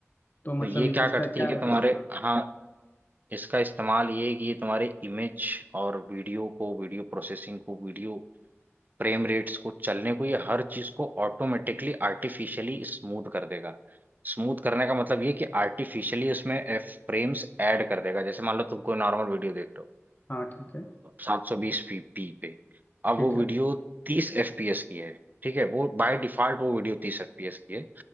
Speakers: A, on the left (about 40°); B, on the right (about 40°).
A: तो मतलब
B: तो ये
A: ये
B: क्या
A: किसका
B: करती
A: क्या
B: है कि तुम्हारे
A: इस्तेमाल
B: हाँ इसका इस्तेमाल ये है कि ये तुम्हारे इमेज और वीडियो को वीडियो प्रोसेसिंग को वीडियो फ्रेम रेट्स को चलने को ये हर चीज को ऑटोमेटिकली आर्टिफिशियली स्मूथ कर देगा स्मूथ करने का मतलब ये कि आर्टिफिशियली उसमें फ्रेम्स ऐड कर देगा जैसे मान लो तुम कोई नॉर्मल वीडियो देख रहे हो
A: हाँ ठीक है
B: सात सौ बीस पी पे अब
A: ठीक
B: वो वीडियो
A: है
B: तीस एफ पी एस की है ठीक है वो बाय डिफॉल्ट वो वीडियो तीस एफ पी एस की है